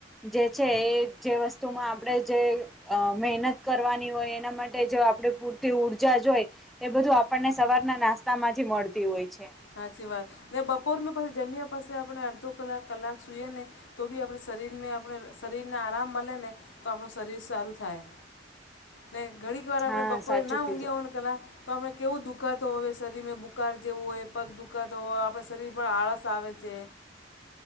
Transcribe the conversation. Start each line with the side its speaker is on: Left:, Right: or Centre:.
Centre: જે છે એ જે વસ્તુમાં આપણે જે અ મહેનત કરવાની હોય એના માટે જો આપણે પૂરતી ઊર્જા જ હોય, એ બધું આપણને સવારના નાસ્તામાંથી મળતી હોય છે.
Left: હાચી વાત, ને બપોર મે પછી જમ્યા પસે આપણે અડધો કલાક-કલાક સુઈએ ને તો બી આપણે શરીરમે આપણે શરીરને આરામ મલેને તો આપણું શરીર સારું થાય. ને ઘડીક વાર આપડે
Centre: હા
Left: બપોરે
Centre: સાચું
Left: ના ઊંઘ્યા
Centre: કીધું
Left: હોયને કલાક તો આપણે કેવું દુખાતો હોવે શરીરમાં બુકાર જેવું હોય. પગ દુઃખાતો હોય આપણા શરીર પર આળસ આવે છે.